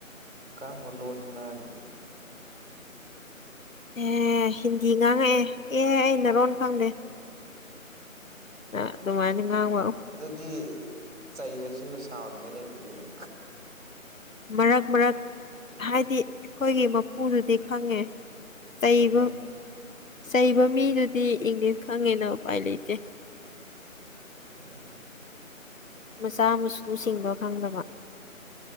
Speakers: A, on the right (about 55°); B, on the left (about 70°).
A: ꯀꯔꯝꯕꯂ ꯑꯣꯅꯤꯡꯒ ꯍꯥꯏꯅꯤ
B: ꯑꯦ ꯍꯤꯟꯗꯤ ꯉꯥꯡꯉꯛꯑꯦ ꯑꯦ ꯑꯩ ꯅꯔꯣꯟ ꯈꯪꯗꯦ ꯑꯗꯨꯃꯥꯏꯅ ꯉꯥꯡꯕ
A: ꯑꯗꯨꯗꯤ ꯆꯩꯔꯁꯨ ꯁꯥꯎ ꯉꯥꯏ ꯂꯩꯇꯦꯗꯅ
B: ꯃꯔꯛ ꯃꯔꯛ ꯍꯥꯏꯗꯤ ꯑꯩꯈꯣꯏꯒꯤ ꯃꯄꯨꯗꯨꯗꯤ ꯈꯪꯉꯦ ꯆꯩꯕ
A: ꯑꯥ
B: ꯆꯩꯕ ꯃꯤꯗꯨꯗꯤ ꯏꯪꯂꯤꯁ ꯈꯪꯉꯦꯅ ꯎꯄꯥꯏ ꯂꯩꯇꯦ
A: ꯑꯥ
B: ꯃꯆꯥ ꯃꯁꯨꯁꯤꯡꯗꯣ ꯈꯪꯗꯕ